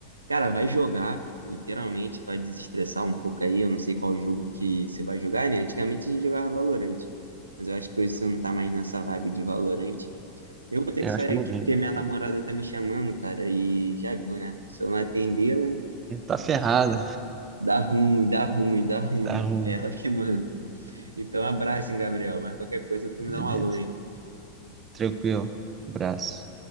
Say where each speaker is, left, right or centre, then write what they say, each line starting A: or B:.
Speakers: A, on the right (about 80°); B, on the right (about 25°).
A: Cara, vai jogar, literalmente, para desestressar um pouco aí. Eu não sei qual jogo que você vai jogar, né? Antigamente a gente jogava Valorant, mas eu acho que hoje você não tá mais nessa vibe de Valorant. Eu vou ter
B: Eu
A: que sair
B: acho que eu mudei.
A: aqui porque
B: né?
A: minha namorada tá me chamando, cara, e já viu, né? Se eu não atendê-la,
B: Tá tá ferrado,
A: dá ruim, dá ruim, dá ruim.
B: tá ruim,
A: É ela que manda. Então, abraço, hein, Gabriel. Mas qualquer coisa, tu me
B: beleza.
A: dá um alô, hein?
B: Tranquilo, abraço.